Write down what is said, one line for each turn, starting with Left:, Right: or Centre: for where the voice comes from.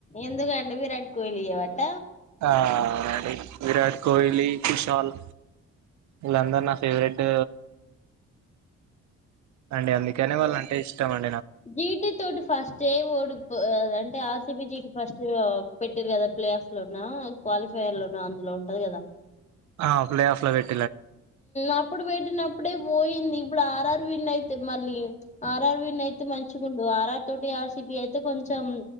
Left: ఎందుకండి విరాట్ కోహ్లీయవాట
Right: ఆ అ విరాట్ కోహ్లీ విషల్ ఇలంధర్ నా ఫేవరెట్ అండి అందుకనే వాళ్ళ అంటే ఇష్టం అం
Left: జీటి తోటి ఫస్ట్ ఏ ఓడు అంటే ఆర్ సిబి జీటు ఫస్ట్ పెట్టిరు కదా ప్లే ఆఫ్ లోన్నా క్వాలిఫయర్ లోన్నా అందులో ఉంటది కదా
Right: ఆ ప్లే ఆఫ్ లో పెట్
Left: అప్పుడు పెట్టిన అప్పుడే పోయి ఇప్పుడు ఆర్ఆర్ విన్ అయితే మళ్ళీ ఆర్ఆర్ విన్ అయితే మంచిగ ఉండు ఆర్ ఆర్ తోటి ఆర్సిబి అయితే కొ కొంచెం